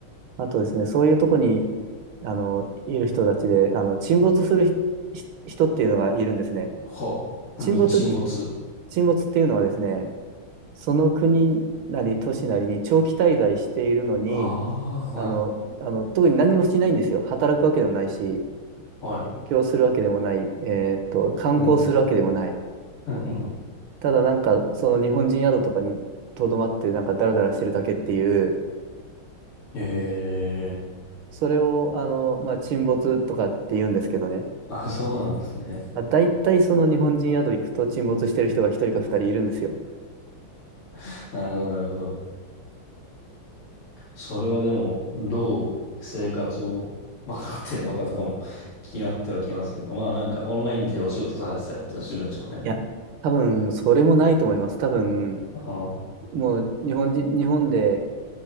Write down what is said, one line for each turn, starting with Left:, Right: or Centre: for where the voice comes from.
Right: あとですね、そういうとこに、あの、いる人たちで、あの、沈没するひひ人っていうのがいるんですね。
Left: はあ。
Right: 沈没って、
Left: <laughs> 日沈没。
Right: 沈没っていうのはですね、その国なり都市なりに長期滞在しているのに、
Left: ああ、はい。
Right: あの、あの、特に何にもしないんですよ。働くわけでもないし、
Left: はい。
Right: 勉強するわけでもない、えーっと、観光するわけでもない。
Left: うん。<laughs>
Right: ただなんか、その日本人宿とかにとどまって、なんかダラダラしてるだけっていう、
Left: ええ
Right: それを、あの、まあ、沈没とかって言うんですけどね。
Left: あ、そうなんですね。
Right: あ、大体その日本人宿行くと沈没してる人が一人か二人いるんですよ。
Left: <laughs> なるほど、なるほど。それはでも、どう生活を賄ってるのかとかも <laughs> 気になってはきますけど、
Right: ね
Left: まあなんかオンラインでお仕事されてたりってするんですかね。
Right: いや、多分、それもないと思います。多分、
Left: ああ、
Right: もう日本人、日本で